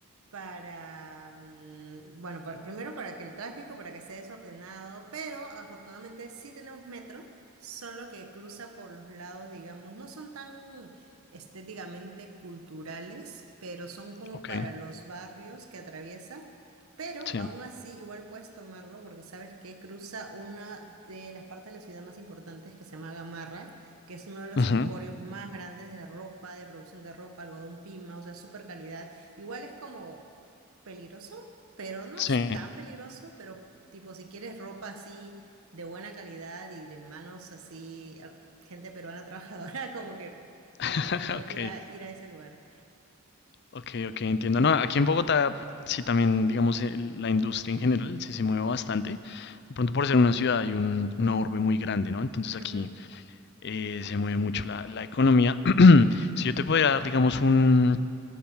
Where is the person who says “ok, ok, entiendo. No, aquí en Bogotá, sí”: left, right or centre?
Left